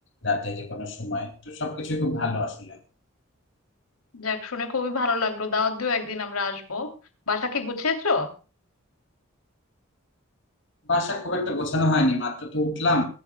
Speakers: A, on the left; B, on the left.
A: রাতে যে কোনো সময় তো সবকিছু খুব ভালো আসলে
B: যাক শুনে খুবই ভালো লাগলো দাওয়াত দিও একদিন আমরা আসবো বাসা কি গুছিয়েছো
A: বাসা খুব একটা গোছানো হয়নি মাত্র তো উঠলাম